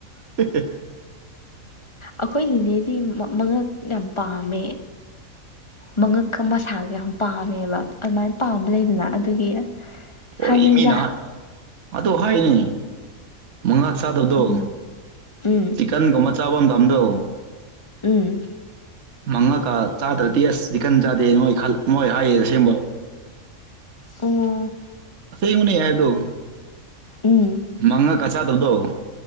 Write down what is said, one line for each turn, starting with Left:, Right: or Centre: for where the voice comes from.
Right: ꯍꯦ ꯍꯦ
Left: ꯑꯩꯈꯣꯏ ꯅꯤꯅꯦꯗꯤ ꯃ ꯃꯉꯛ ꯌꯥꯝ ꯄꯥꯝꯃꯦ ꯃꯉꯛꯀ ꯃꯁꯥꯒ ꯌꯥꯝ ꯄꯥꯝꯃꯦꯕ ꯑꯗꯨꯃꯥꯏꯅ ꯄꯥꯝꯕ ꯂꯩꯗꯅ ꯑꯗꯨꯒꯤ
Right: ꯑꯣ
Left: ꯍꯥꯏꯕꯅꯤꯗ
Right: ꯏꯃꯤ ꯅ ꯑꯥꯇꯣ ꯍꯥꯏ ꯅꯤ ꯃꯉꯛ ꯆꯥꯗꯕꯗꯣ
Left: ꯎꯝ ꯎꯝ
Right: ꯆꯤꯀꯟꯒꯨꯝꯕ ꯆꯥꯕꯝꯗꯝꯗꯨ
Left: ꯎꯝ
Right: ꯃꯪꯉꯛꯀ ꯆꯥꯗ꯭ꯔꯗꯤ ꯑꯁ ꯆꯤꯛꯀꯟ ꯆꯥꯗꯦ ꯃꯣꯏ ꯈꯜ ꯃꯣꯏ ꯍꯥꯏꯌꯦ ꯑꯁꯦꯡꯕ
Left: ꯎꯝ
Right: ꯑꯁꯦꯡꯕꯅꯦ ꯑꯩꯍꯥꯏꯕꯗꯣ
Left: ꯎꯝ
Right: ꯃꯪꯉꯛꯀ ꯆꯥꯗꯕꯗꯣ